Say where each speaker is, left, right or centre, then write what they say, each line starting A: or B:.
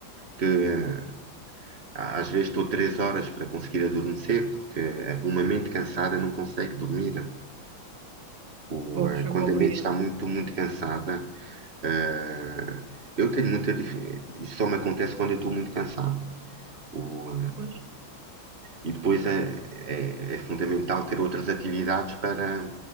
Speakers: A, on the right (about 30°); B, on the right (about 80°).
A: que eh, a- às vezes estou três horas para conseguir adormecer porque eh, uma mente cansada não consegue dormir. O,
B: Pois,
A: eh,
B: eu
A: quando
B: compreendo.
A: a mente está muito, muito cansada, eh, eu tenho muita dificuldade. Isso só me acontece quando eu estou muito cansado. O,
B: Pois,
A: E depois é, é, é fundamental ter outras atividades para